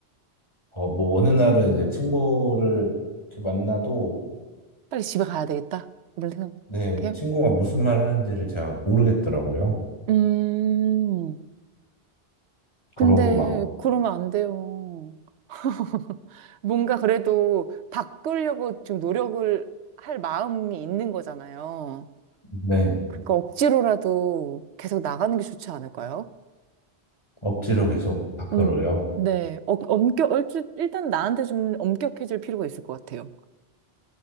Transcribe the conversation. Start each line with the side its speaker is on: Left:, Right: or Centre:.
Left: 어, 뭐, 어느 날은 이제 친구를 이렇게 만나도,
Right: 빨리 집에 가야 되겠다. 이런 생각해요?
Left: 네, 친구가 무슨 말 하는지를 제가 모르겠더라고요.
Right: 음, 근데
Left: 그러고 막,
Right: 그러면 안 돼요. <laughs> 뭔가 그래도 바꾸려고 좀 노력을 할 마음이 있는 거잖아요.
Left: 네,
Right: 그러니까 억지로라도 계속 나가는 게 좋지 않을까요?
Left: 억지로 계속 밖으로요.
Right: 음, 네. 어, 엄격, 얼추- 일단 나한테 좀 엄격해질 필요가 있을 것 같아요.